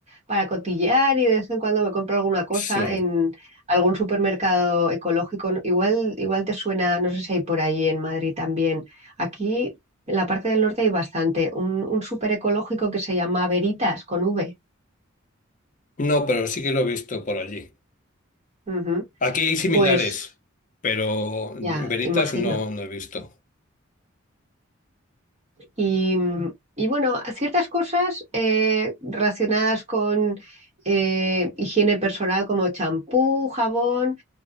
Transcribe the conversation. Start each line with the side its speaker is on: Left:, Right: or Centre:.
Right: para cotillear y de vez en cuando me compro alguna cosa
Left: Sí.
Right: en algún supermercado ecológico. ¿no? Igual, igual te suena, no sé si hay por ahí en Madrid también. Aquí en la parte del norte hay bastante. Un, un súper ecológico que se llama Veritas con V.
Left: No, pero sí que lo he visto por allí.
Right: Ujú.
Left: Aquí hay similares,
Right: Pues
Left: pero
Right: ya,
Left: veritas
Right: imagino.
Left: no, no he visto.
Right: Y, mm, y bueno, ciertas cosas eh, relacionadas con eh, higiene personal como champú, jabón,